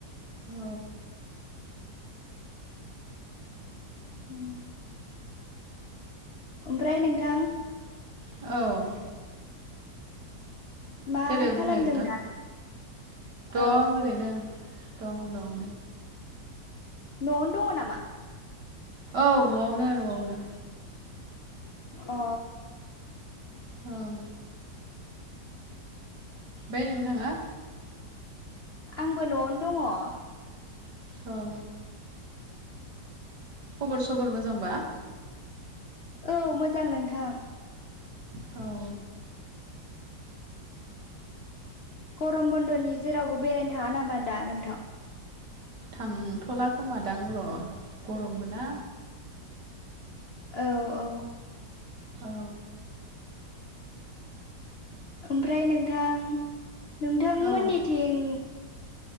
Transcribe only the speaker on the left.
उम ओमफ्राय नोंथां
मा
खालामदों
दा?
औ
न'आवनो दङ नामा?
अ
आंबो न'आवनो दङ।
औ मोजां नोंथां।
गरम बन्द'नि जेरावबो बेरायनो थाङा नामा दा नोंथां?
औ औ
ओमफ्राय नोंथां नोंथांमोननिथिं